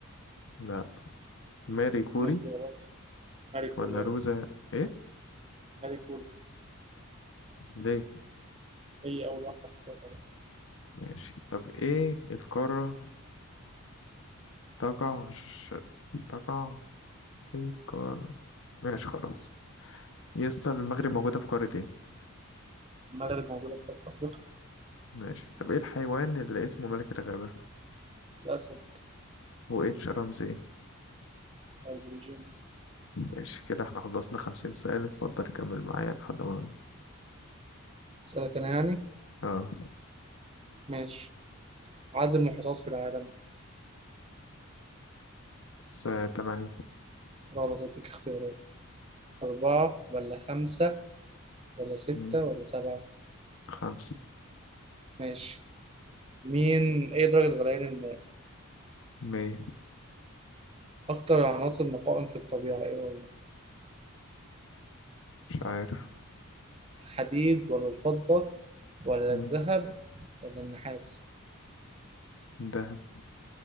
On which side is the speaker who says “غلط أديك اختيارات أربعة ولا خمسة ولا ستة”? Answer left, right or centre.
Right